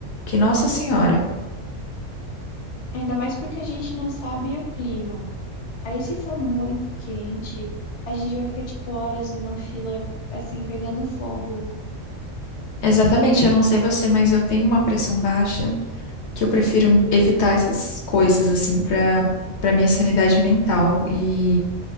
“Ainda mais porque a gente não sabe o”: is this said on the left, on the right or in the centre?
Left